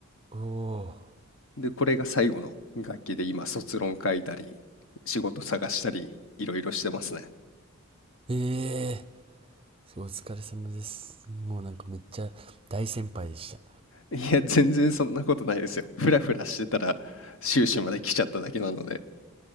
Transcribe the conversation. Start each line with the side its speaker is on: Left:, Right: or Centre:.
Right: ほど。おー。
Left: で、これが最後の学期で今卒論書いたり、仕事探したり、いろいろしてますね。
Right: ええすごいお疲れ様です。もうなんかめっちゃ大先輩でした。
Left: いや、全然そんなことないですよ。ふらふらしてたら修士まで来ちゃっただけなので。